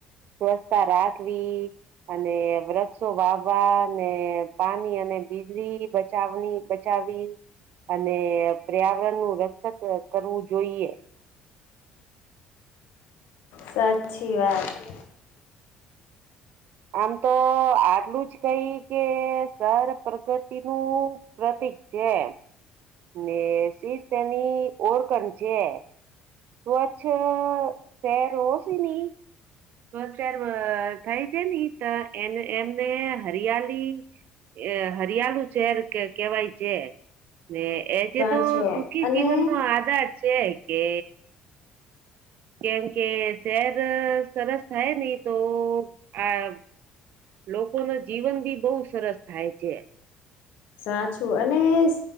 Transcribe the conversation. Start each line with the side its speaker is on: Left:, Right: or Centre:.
Right: સ્વચ્છતા રાખવી, અને વૃક્ષ વાવા ને પાણી અને વીજળી બચાવવી. અને પર્યાવરણનું રક્ષક કરવું જોઈએ.
Left: સાચી વાત.
Right: આમ તો આટલું જ કઈ કે સરસ પ્રગતિ નું પ્રતીક છે, ને શીષ તેની ઓળખણ છે. તો અચ્છા શહેર હોકે નહી. સાર થાય છે ની તો એ એમને હરિયાલી એ હરિયાળુ શહેર કહેવાય છે. ને એ જે
Left: સાચો
Right: તો સુખી
Left: અને
Right: જીવનનો આધાર છે કે કેમ કે શહેર સરસ થાય નહી તો આ લોકો ના જીવન બી બહુ સરસ થાય છે.
Left: સાચું અને સ